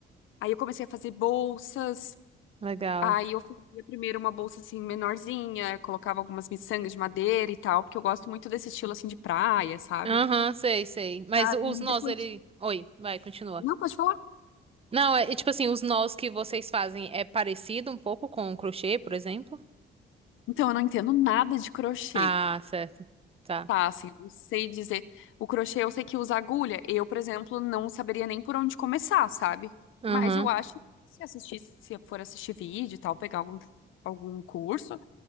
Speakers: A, on the left (about 80°); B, on the right (about 30°).
A: Aí eu comecei a fazer bolsas.
B: Legal.
A: Aí eu fazia primeiro uma bolsa assim menorzinha, colocava algumas miçangas de madeira e tal, porque eu gosto muito desse estilo assim de praia, sabe?
B: Aham, sei, sei. Mas
A: Aí
B: os nós,
A: depois.
B: ele. Oi, vai, continua.
A: Não, pode falar.
B: Não, é é tipo assim, os nós que vocês fazem é parecido um pouco com o crochê, por exemplo?
A: Então, eu não entendo nada de crochê,
B: Ah, certo. Tá.
A: tá? Assim, eu não sei dizer. O crochê eu sei que usa agulha. Eu, por exemplo, não saberia nem por onde começar, sabe?
B: Aham.
A: Mas eu acho que se assistir, se eu for assistir vídeo e tal, pegar algum, algum curso,